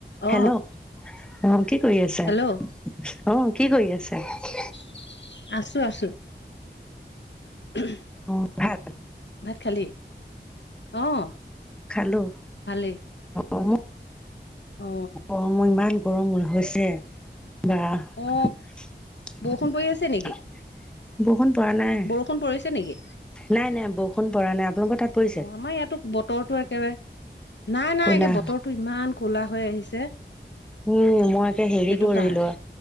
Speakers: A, on the left (about 80°); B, in the centre.
A: অ
B: hello অ কি কৰি আছে
A: হেল্ল'
B: ছি অ কি কৰি আছে এ এ হাঁচি?
A: চি চি চি চি আছোঁ আছোঁ। উমহু উ।
B: অ অ, ভাত।
A: ভাত খালি। অঁ অ,
B: খালো
A: ভালেই।
B: অ
A: অ
B: অ, <unintelligible> ইমান গৰম হৈছে। এ এ বা ছি
A: অ
B: চু
A: বৰষুণ পৰি আছে নেকি
B: আহ আহ্। বৰষুণ পৰা নাই।
A: বৰষুণ পৰিছে নেকি?
B: নাই নাই বৰষুণ পৰা নাই আপোনালোকৰ তাত। পৰিছে
A: অ আমাৰ ইয়াতো বতৰটো একেবাৰে নাই নাই
B: ক'লা
A: একে বতৰটো ইমান ক'লা হৈ আহিছে।
B: উম উম উম মই একে হেৰি
A: সেইটো
B: কৰিলো
A: কাৰণে